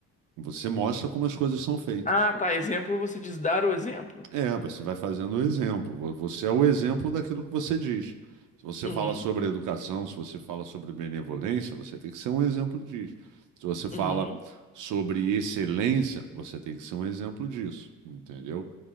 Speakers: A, on the right; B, on the left.
A: Você mostra como as coisas são feitas.
B: Ah, tá. Exemplo, você diz dar o exemplo.
A: É, você vai fazendo o exemplo. Vo- Você é o exemplo daquilo que você diz. Se você
B: Uhum,
A: fala sobre educação, se você fala sobre benevolência, você tem que ser um exemplo disso. Se você fala
B: uhum.
A: sobre excelência, você tem que ser um exemplo disso, entendeu?